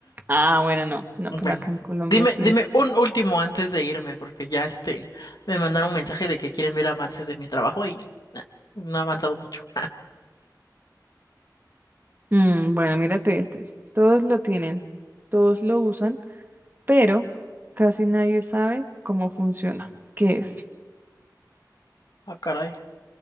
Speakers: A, on the right; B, on the left.
A: Ah, bueno, no, no, pero
B: Bueno,
A: acá en Colombia
B: dime,
A: sí
B: dime
A: es.
B: un último antes de irme, porque ya este me mandaron un mensaje de que quieren ver avances de mi trabajo y eh, no ha avanzado mucho. <laughs> Ja.
A: Mm, bueno, mírate este. Todos lo tienen, todos lo usan, pero casi nadie sabe cómo funciona. ¿Qué es?
B: Ah, caray,